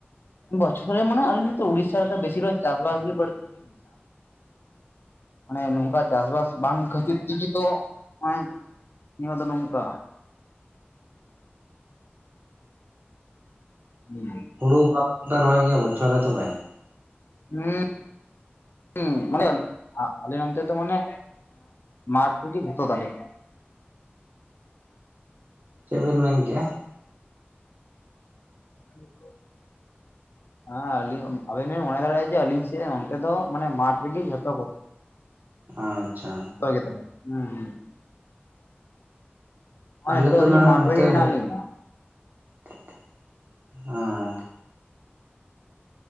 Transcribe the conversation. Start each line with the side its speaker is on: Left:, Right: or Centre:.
Left: ᱵᱚᱪᱷᱚᱨ ᱨᱮ ᱢᱟᱱᱮ ᱟᱞᱮ ᱱᱚᱛᱮ ᱩᱲᱤᱥᱥᱟ ᱨᱮᱫᱚ ᱵᱮᱥᱤᱨᱟᱜ ᱪᱟᱥ ᱵᱟᱥ ᱜᱮ ᱵᱟᱹᱲᱛᱤ᱾ <unintelligible> ᱢᱟᱱᱮ ᱱᱚᱝᱠᱟ ᱪᱟᱥᱵᱟᱥ ᱵᱟᱝ ᱠᱷᱟᱹᱛᱤᱨ ᱛᱮᱜᱮ ᱛᱚ ᱦᱚᱜᱼᱚᱭ, ᱱᱤᱭᱟᱹᱵᱟᱨ ᱫᱚ ᱱᱚᱝᱠᱟ᱾ ᱦᱩᱸ᱾
Right: ᱛᱤᱱ <unintelligible> ᱨᱚᱦᱚᱭ ᱜᱮᱭᱟ ᱵᱚᱪᱷᱚᱨ ᱨᱮ ᱛᱚᱵᱮ?
Left: ᱦᱮᱸ᱾ ᱦᱩᱸ ᱢᱟᱱᱮ ᱟᱞᱮ ᱱᱚᱱᱛᱮ ᱫᱚ ᱢᱟᱱᱮ ᱢᱟᱴᱷ ᱨᱮᱜᱮ ᱡᱷᱚᱛᱚ ᱛᱟᱞᱮ᱾
Right: ᱪᱮᱫ ᱵᱮᱱ ᱢᱮᱱᱠᱮᱜᱼᱟ?
Left: <inaudible> ᱦᱮᱸ ᱟᱞᱤᱧ ᱟᱵᱮᱱ ᱵᱮᱱ ᱢᱚᱱᱮ ᱫᱟᱲᱮᱭᱟᱜᱼᱟ, ᱡᱮ ᱟᱞᱤᱧ ᱥᱮᱫ ᱚᱱᱛᱮ ᱫᱚ ᱢᱟᱱᱮ ᱢᱟᱴᱷ ᱨᱮᱜᱮ ᱡᱷᱚᱛᱚ ᱠᱚᱛᱮ᱾ <inaudible>
Right: ᱟᱪᱪᱷᱟ᱾
Left: ᱛᱚ ᱜᱮᱛᱟᱞᱮ ᱦᱩᱸ ᱦᱩᱸ᱾ ᱦᱩᱸ ᱱᱚᱜᱼᱚᱭ
Right: ᱟᱞᱮ
Left: ᱱᱤᱛᱚᱜ
Right: ᱫᱚ
Left: ᱟᱹᱞᱤᱧ
Right: ᱱᱟᱦᱜ
Left: ᱢᱟᱴᱷ
Right: ᱱᱚᱛᱮ
Left: ᱨᱮᱜᱮ ᱦᱮᱱᱟᱜ
Right: ᱵᱚᱪᱷᱚᱨ
Left: ᱞᱤᱧᱟ
Right: <unintelligible> ᱦᱮᱸ᱾